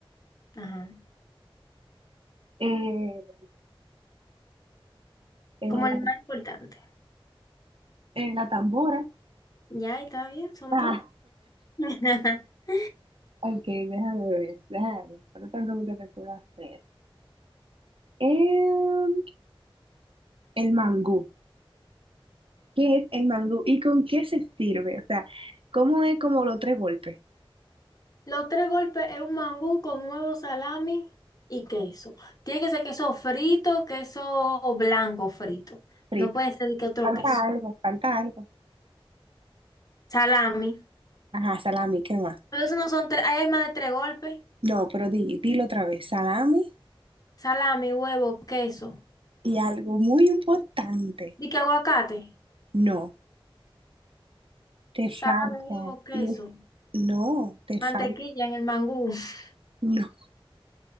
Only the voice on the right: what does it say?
eh, eh,
la,
eh, la tambora.
Ah,
ok, déjame ver, déjame ver. ¿Cuál otra pregunta te puedo hacer? Em, el mangú. ¿Qué es el mangú y con qué se sirve? O sea, ¿cómo es como los tres golpes?
Frito.
Falta
algo, falta algo.
Ajá, salami, ¿qué más?
No, pero di, dilo otra vez. Salami.
Y algo muy importante,
no, te
falta,
y es- no, te
falta,
no,